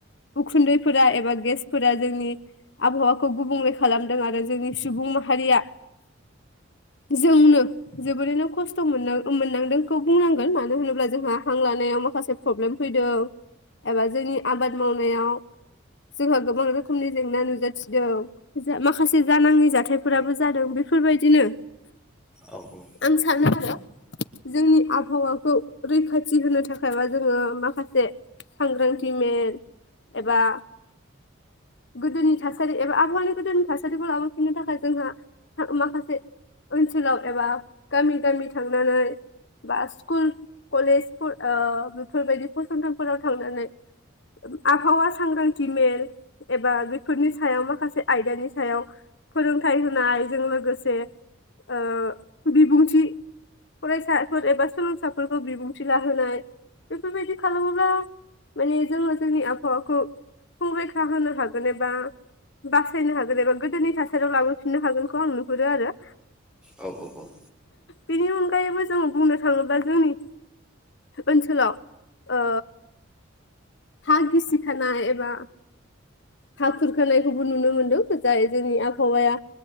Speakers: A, on the left; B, in the centre.
A: उखुन्दैफोरा एबा गेसफोरा जोंनि आबहावाखौ गुबुंले खालामदों आरो जोंनि सुबुं माहारिया जोंनो जोबोरैनो खस्थ' मोनो मोननांदोंखौ बुंनांगोन मानो होनोब्ला जोंहा हां लानायाव माखासे प्रब्लेम फैदों एबा जोंनि आबाद मावनायाव जोंहा गोबां रोखोमनि जेंना नुजाथिदों। जा माखासे जानाङै जाथायफोराबो जादों बेफोर बायदिनो
B: औ औ।
A: आं सानो जोंनि आबहावाखौ रैखाथि होनो थाखाय बा जोङो माखासे सांग्रांथि मेल एबा गोदोनि थासारि एबा आबहावानि गोदोनि थासारिखौ लाबोफिननो थाखाय जोंहा था माखासे ओनसोलाव एबा गामि-गामि थांनानै बा स्कुल, कलेजफोर ओ बेफोर बायदि फसंथानफोराव थांनानै आबहावा सांग्रांथि मेल एबा बेफोरनि सायाव माखासे आयदानि सायाव फोरोंथाइ होनायजों लोगोसे ओ बिबुंथि फरायसाफोर एबा सोलोंसाफोरखौ बिबुंथि लाहोनाय बेफोर बायदि खालामोब्ला माने जोङो जोंनि आबहावाखौ संरैखा होनो हागोन एबा बासायनो हागोन एबा गोदोनि थासारियाव लाबोफिननो हागोनखौ आं नुहुरो आरो।
B: औ औ औ।
A: बेनि अनगायैबो जों बुंनो थाङोब्ला जोंनि ओनसोलाव ओ हा गिसिखानाय एबा हा खुरखानायखौबो नुनो मोन्दों जाय जोंनि आबहावाया